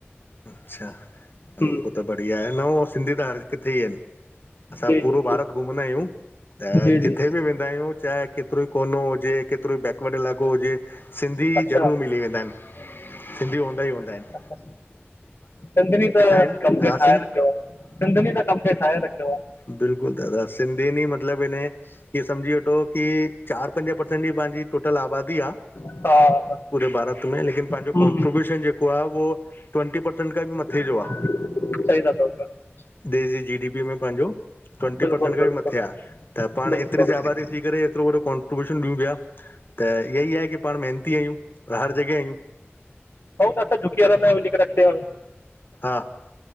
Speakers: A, on the left (about 50°); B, on the left (about 70°).
A: अच्छा, हलो
B: हम्म,
A: पो त बढ़िया आहे, न हो सिंधी त हर किथे ई इन। असां
B: जी
A: पूरो
B: जी
A: भारत घुमंदायूं, त
B: जी जी
A: जिथे
B: जी
A: बि वेंदायूं चाहे केतरो ई कोनो हुजे, केतरो ही बै वड इलाक़ो हुजे, सिंधी
B: अच्छा
A: ज़रूर मिली वेंदा एन, सिंधी हूंदा ई हूंदा एन।
B: <inaudible> सिंधिन ई त
A: आहिनि
B: कम खे
A: हा
B: ठाहे
A: सिं
B: रखयो आ, सिंधिंन ई त कम खे ठाहे रखयो आ।
A: बिल्कुल दादा, सिंधिन ई मतलब इने, इीअ समझी वठो की चार, पंज परर्सेंट जी पांजी टोटल आबादी आ।
B: हा
A: पूरे भारत में, लेकिन पंहिंजो
B: हम्म,
A: कॉन्ट्रीब्यूशन जेको आ उहो ट्वंटी परसेंट खां बि मथे
B: सही
A: जो आहे
B: था चौ प्या।
A: देश जी, जी, डी, पी, ई में पांजो, ट्वंटी
B: बिल्कुलु
A: परसेंट खां
B: बिल्कुलु
A: बि मथे आ, त पाण एतरी
B: बिल्कुलु
A: सी आबादी थी करे एतिरो वॾो कॉन्ट्रीब्यूशन ॾियूं पिया, त इअ ई आहे की पाण मेहिनती आहियूं, हर जॻहि आहियूं।
B: हो त असां झुकी करे हलंदा आहियु, इन्हीं करें अगते आहियूं
A: हा,